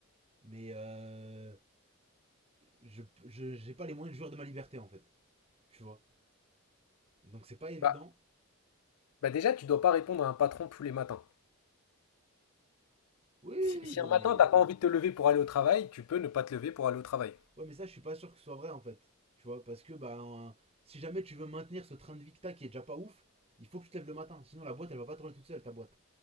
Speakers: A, on the right (about 25°); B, on the left (about 85°).
A: mais euh, je je- j'ai pas les moyens de jouir de ma liberté, en fait. Tu vois. Donc, c'est pas évident.
B: Bah, bah déjà, tu dois pas répondre à un patron tous les matins.
A: Oui, oui,
B: Si, si
A: oui, non,
B: un matin,
A: mais
B: t'as pas envie de te lever pour aller au travail, tu peux ne pas te lever pour aller au travail.
A: Ouais, mais ça, je suis pas sûr que ce soit vrai en fait. Tu vois, parce que bah, un- si jamais tu veux maintenir ce train de vie que t'as qui est déjà pas ouf, il faut que tu te lèves le matin. Sinon, la boîte, elle va pas tourner toute seule, ta boîte.